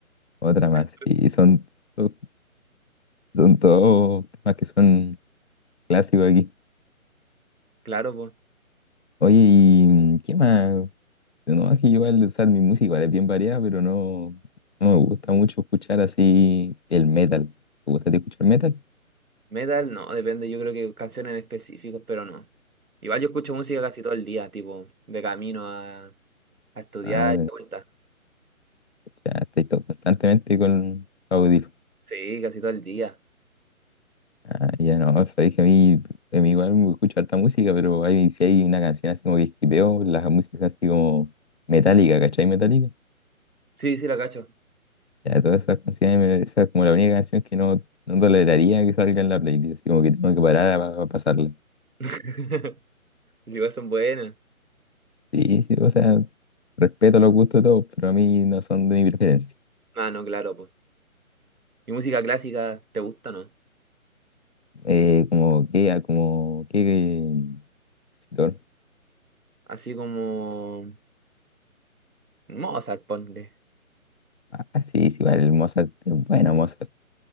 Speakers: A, on the left (about 50°); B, on the right (about 85°).
A: Otra más.
B: Eso.
A: Y son, son, son todos temas que son clásicos aquí.
B: Claro, pues.
A: Oye, ¿y mm, qué más? No, es que yo igual, o sea, mi música igual es bien variada, pero no, no me gusta mucho escuchar así el metal. ¿Te gusta a ti escuchar metal?
B: Metal, no, depende, yo creo que canciones en específico, pero no. Igual yo escucho música casi todo el día, tipo, de camino a, a estudiar
A: Ah,
B: y de vuelta.
A: ya estoy todo- constantemente con audífonos.
B: Sí, casi todo el día.
A: Ah, ya no, o sea, dije a mí, a mí igual me escucho harta música, pero hay, si hay una canción así como que esquipeo, las músicas así como metálica, ¿cachai? Metálica.
B: Sí, sí, la cacho.
A: Ya, todas esas canciones, me- esa es como la única canción que no, no toleraría que salga en la playlist, así como que tengo que parar a, a pasarla.
B: <laughs> Sí, igual son buenas.
A: Sí, sí, o sea, respeto los gustos de todos, pero a mí no son de mi preferencia.
B: Ah, no, claro, pues. ¿Y música clásica te gusta, no?
A: Eh, como que, ah, como que, que- compositor.
B: Así como Mozart, ponle.
A: Ah, sí, sí, vale, el Mozart es bueno, Mozart,